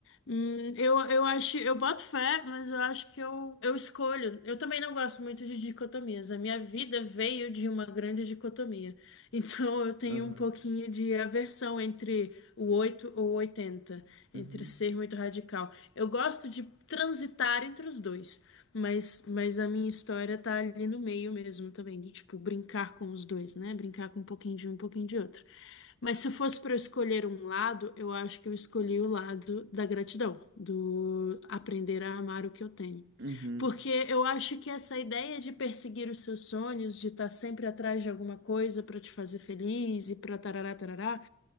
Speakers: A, on the left (about 65°); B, on the right (about 60°).
A: Hum, eu, eu acho, eu boto fé, mas eu acho que eu, eu escolho. Eu também não gosto muito de dicotomias. A minha vida veio de uma grande dicotomia. <laughs> Então eu tenho
B: Aham.
A: um pouquinho de aversão entre o 8 ou oitenta entre
B: Uhum.
A: ser muito radical. Eu gosto de transitar entre os dois. Mas, mas a minha história tá ali no meio mesmo também, de tipo, brincar com os dois, né? Brincar com um pouquinho de um, um pouquinho de outro. Mas se fosse para eu escolher um lado, eu acho que eu escolhi o lado da gratidão, do aprender a amar o que eu tenho.
B: Uhum.
A: Porque eu acho que essa ideia de perseguir os seus sonhos, de estar sempre atrás de alguma coisa para te fazer feliz e para tarará, tarará,